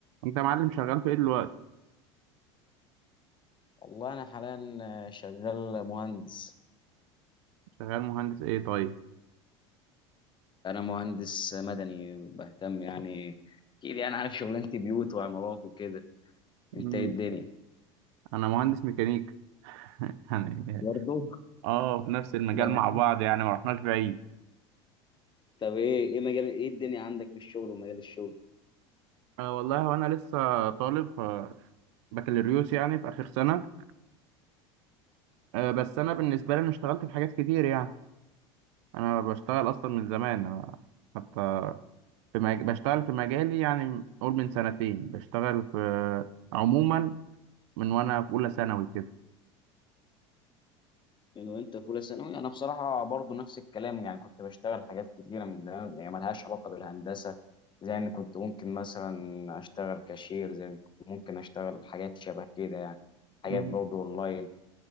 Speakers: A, on the right; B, on the left.
A: انت يا معلم شغال في ايه دلوقتي
B: والله أنا حاليا آه، شغال مهندس
A: شغال مهندس ايه طيب
B: أنا مهندس مدني بهتم يعني أكيد يعني عارف شغلانتي بيوت وعمارات وكده أنت
A: مم،
B: إيه الدنيا؟
A: انا مهندس ميكانيك <laughs> يعني
B: برضه
A: اه في نفس المجال
B: ده مجال
A: مع بعض يعني ما رحناش بعيد
B: طب إيه إيه مجال إيه الدنيا عندك في الشغل ومجال الشغل؟
A: أه والله وانا لسه طالب ف- بكالوريوس يعني في اخر سنه أه بس انا بالنسبه لي انا اشتغلت في حاجات كتير يعني انا بشتغل اصلا من زمان أنا حتى في مج... بشتغل في مجالي يعني قول من سنتين بشتغل في عموما من وانا في اولى ثانوي كده
B: من وأنت في أولى ثانوي أنا بصراحة برضه نفس الكلام يعني كنت بشتغل حاجات كتيرة من ده يعني ملهاش علاقة بالهندسة زي إن كنت ممكن مثلا أشتغل كاشير زي إن كنت ممكن أشتغل حاجات شبه كده يعني حاجات
A: مم.
B: برضه أونلاين